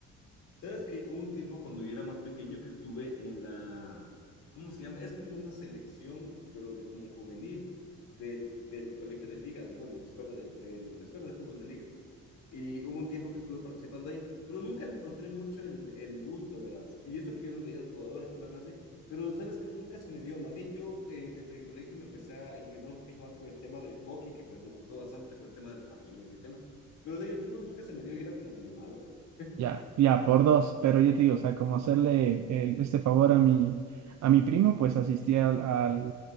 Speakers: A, on the left; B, on the right.
A: ¿Sabes que hubo un tiempo cuando yo era más pequeño que estuve en la, ¿cómo se llama? Es como una selección, pero de como juvenil, del, del colegio de liga, del, bueno, de la escuela del, del- de la escuela de fútbol de liga. Y hubo un tiempo que estuve participando ahí, pero nunca le encontré mucho el, el gusto, verás. Y eso que yo los veía a los jugadores, toda la cosa así, pero sabes que nunca se me dio. Más bien yo eh, desde el colegio me empecé a inclinar un poquito más por el tema del hockey, que pues me gustó bastante por el tema de los patines y el tema. Pero de ahí el fútbol nunca se me dio, yo era como medio malo, verás.
B: Ya, ya, por dos, pero yo te digo, o sea, como hacerle el- este favor a mi, a mi primo, pues asistí al, al-